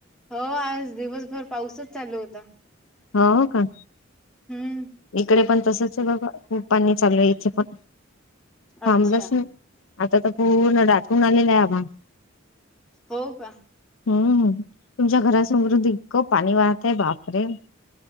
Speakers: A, in the centre; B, on the left.
A: हो आज दिवसभर पाऊसच चालू होता.
B: हो का?
A: हम्म
B: इकडे पण तसच आहे बाबा. खूप पाणी चालू आहे इथे पण. थांबलंच
A: अच्छा
B: नाही. आता तर पूर्ण दडाटून आलेला आहे आभाळ.
A: हो का?
B: हम्मम. तुमच्या घरासमोरून दिक पाणी वाहतय बापरे